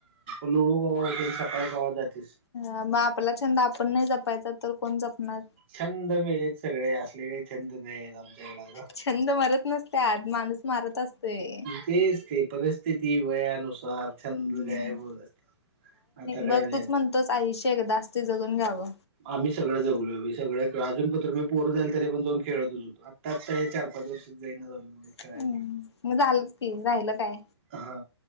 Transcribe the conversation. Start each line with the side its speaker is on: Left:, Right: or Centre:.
Right: लोहळू कवि होते सकाळी गावात जातेीलस
Left: अ मग आपला छंद आपण नाही जपायचा तर कोण जपणार
Right: छंद मेलेत सगळे असले काही छंद नाही आमच्याकडे आता
Left: छंद मरत नसत्यात माणूस मारत असतोय
Right: तेच ते पर स्थिती वयानुसार छंद
Left: हम्म.
Right: गायब असत आता काय
Left: बघ
Right: नाही
Left: तूच
Right: आता
Left: म्हणतोस आयुष्य एकदाच ते जगून घ्यावं
Right: आम्ही सगळं जगलो सगं अजून पतूर मी पोरं जाल तरी पण जाोन खेळच होतो आता आता हे चार पाच वर्षात जाई झा खेळाय
Left: हम्म, मग झालच की राहिलं काय
Right: हा